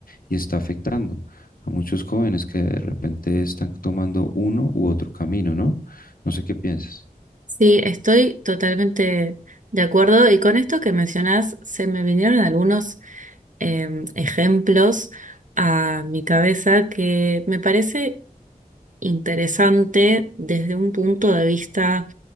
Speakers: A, on the left (about 70°); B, on the right (about 55°).
A: y está afectando a muchos jóvenes que de repente están tomando uno u otro camino, ¿no? No sé qué piensas.
B: Sí, estoy totalmente de acuerdo y con esto que mencionás se me vinieron algunos em, ejemplos a mi cabeza que me parece interesante desde un punto de vista